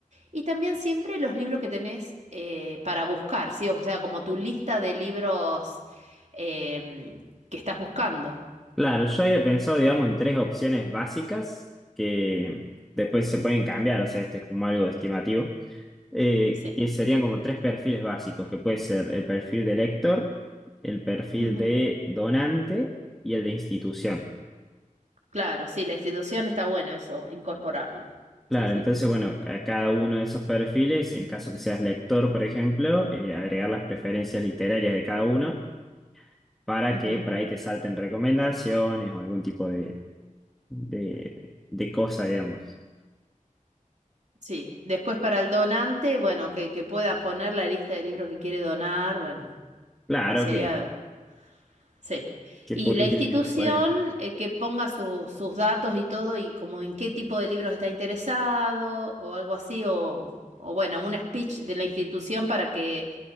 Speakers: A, on the right; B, in the centre.
A: Y también siempre los libros que tenés eh, para buscar, ¿sí? O sea, como tu lista de libros em, que estás buscando.
B: Claro, yo había pensado,
A: ¿sí?
B: digamos, en tres opciones básicas que después se pueden cambiar, o sea, este es como algo estimativo, eh,
A: Sí.
B: que serían como tres perfiles básicos, que puede ser el perfil de lector, el perfil
A: Ujú.
B: de donante y el de institución.
A: Claro, sí, la institución está bueno eso, incorporarlo.
B: Claro,
A: Sí, sí.
B: entonces, bueno, a cada uno de esos perfiles, en caso que seas lector, por ejemplo, eh, agregar las preferencias literarias de cada uno para
A: Ujú.
B: que por ahí te salten recomendaciones o algún tipo de, de de cosa, digamos.
A: Sí. Después para el donante, bueno, que, que pueda poner la lista de libros que quiere donar, bueno,
B: Claro
A: sería
B: que...
A: Sí.
B: que
A: Y
B: publiquen
A: la institución
B: de los paneles.
A: eh, que ponga su- sus datos y todo y como en qué tipo de libros está interesado o algo así o, o bueno, un speech de la institución para que